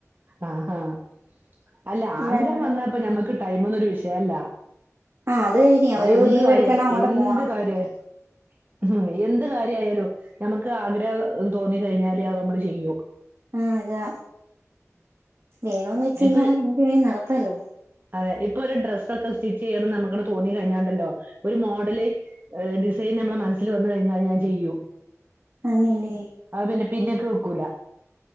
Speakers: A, on the right; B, on the right.
A: ആഹ് അഹ് അല്ല
B: എല്ലാരും
A: ആഗ്രഹം
B: കൂടൊക്കെ
A: വന്നപ്പോ ഞമ്മക്ക് ടൈമ് ഒന്നരു വിഷയല്ല.
B: ആഹ് അത് കഴിഞ്ഞ് ഒരു
A: അത് എന്ത്
B: ലീവ്
A: കാര്യ
B: എടുക്കണം അങ്ങോട്ട്
A: എന്ത്
B: പോണം
A: കാര്യല്
B: <inaudible>
A: ഹ്ംഉം എന്ത് കാര്യയാലും നമുക്ക് ആഗ്രഹം തോന്നി കഴിഞ്ഞാൽ അത് നമ്മൾ ചെയും.
B: ആഹ് അതാ വേണോന്ന് വെച്ച് കഴിഞ്ഞാൽ
A: ഇപ്പൊ
B: നമ്മക് എന്ത് വേണമെങ്കിലും നടത്താലോ.
A: അതെ ഇപ്പൊ ഒരു ഡ്രസ്സൊക്കെ സ്റ്റിച്ച് ചെയ്യണംന്ന് നമുക്ക്ടെ തോന്നി കഴിഞ്ഞാണ്ടല്ലോ ഒരു മോഡല്. ഡിസൈൻ നമ്മെടെ മനസ്സിൽ വന്നു കഴിഞ്ഞാൽ അത് ഞാൻ ചെയ്യും.
B: ആണില്ലേ?.
A: അത്പിന്നെ പിന്നെക് വെക്കൂല.